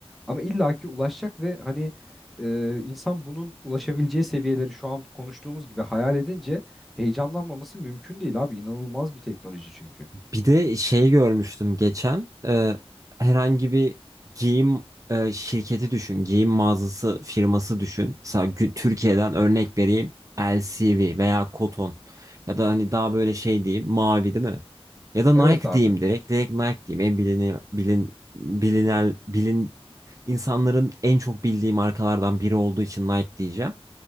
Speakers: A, in the centre; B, on the right.
A: Ama illaki ulaşacak ve hani e, insan bunun ulaşabileceği seviyeleri şu an konuştuğumuz gibi hayal edince heyecanlanmaması mümkün değil abi. İnanılmaz bir teknoloji çünkü.
B: Bir de şey görmüştüm geçen e, herhangi bir giyim e, şirketi düşün, giyim mağazası firması düşün. Mesela gü- Türkiye'den örnek vereyim L C V veya Koton ya da hani daha böyle şey diyeyim Mavi değil mi? Ya da
A: Evet
B: Nike
A: abi.
B: diyeyim direkt direkt Nike diyeyim en bilini bilin bilinel bilin insanların en çok bildiği markalardan biri olduğu için Nike diyeceğim.